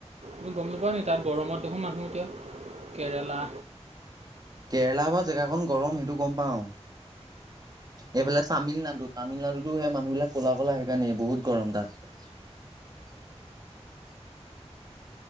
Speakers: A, on the right; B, on the right.
A: তই গম নাপোৱাও নি তাত গৰমত দেখো মানুহ এতিয়া কেৰেলা
B: কেৰেলা বা জেগাখন গৰম সেইটো গম পাও। এইফালে তামিলনাডু তামিলনাডুতো সে মানুহবিলাক ক'লা ক'লা সেইকাৰণেই বহুত গৰম তাত। <unintelligible>